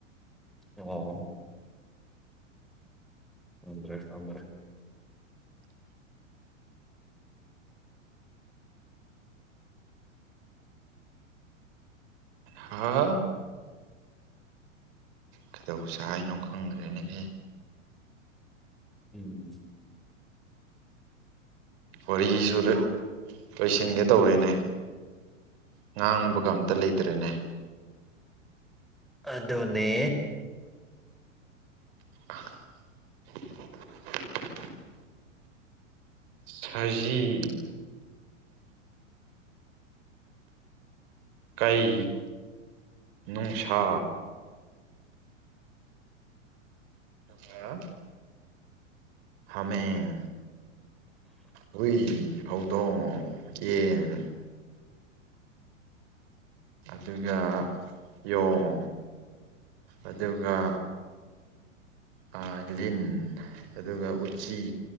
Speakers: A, in the centre; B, on the right.
A: ꯑꯣ ꯑꯗ꯭ꯔꯦ ꯑꯣꯝꯕ꯭ꯔꯦ
B: ꯍꯥꯎ ꯀꯩꯗꯧꯁꯦ ꯍꯥꯏꯅꯣ ꯈꯪꯗ꯭ꯔꯦꯅ ꯍꯦ
A: ꯎꯝ
B: ꯋꯥꯔꯤꯁꯨ ꯂꯣꯏꯁꯤꯟꯒꯦ ꯇꯧꯔꯦꯅꯦ ꯉꯥꯡꯅꯕ ꯀ ꯑꯝꯇ ꯂꯩꯇ꯭ꯔꯦꯅꯦ
A: ꯑꯗꯨꯗꯅꯦ
B: <unintelligible> ꯁꯖꯤ ꯀꯩ ꯅꯨꯡꯁꯥ <inaudible> ꯍꯥꯃꯦꯡ ꯍꯨꯏ ꯍꯧꯗꯣꯡ ꯌꯦꯟ ꯑꯗꯨꯒ ꯌꯣꯡ ꯑꯗꯨꯒ ꯑ ꯂꯤꯟ ꯑꯗꯨꯒ ꯎꯆꯤ